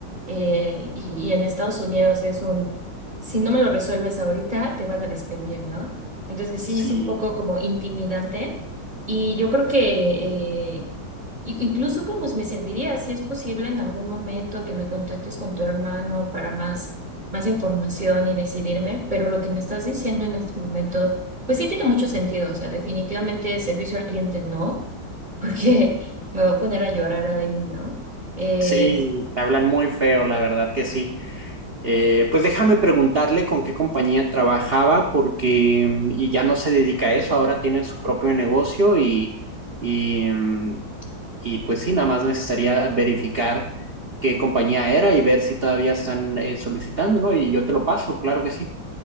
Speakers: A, on the right (about 25°); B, on the right (about 55°).
A: Eh, y, y en Estados Unidos es un, si no me lo resuelves ahorita, te van a despedir, ¿no? Entonces sí,
B: Sí,
A: es un poco como intimidante y yo creo que eh, i- incluso como me serviría, si es posible en algún momento que me contactes con tu hermano para más más información y decidirme, pero lo que me estás diciendo en este momento, pues sí tiene mucho sentido, o sea, definitivamente servicio al cliente no, <laughs> porque me voy a poner a llorar ahí, ¿no? Eh,
B: sí, te hablan muy feo, la verdad que sí. Eh, pues déjame preguntarle con qué compañía trabajaba porque mm, y ya no se dedica a eso, ahora tiene su propio negocio y, y, mm, y pues sí, nada más necesitaría verificar qué compañía era y ver si todavía están eh, solicitando, ¿no? Y yo te lo paso, claro que sí.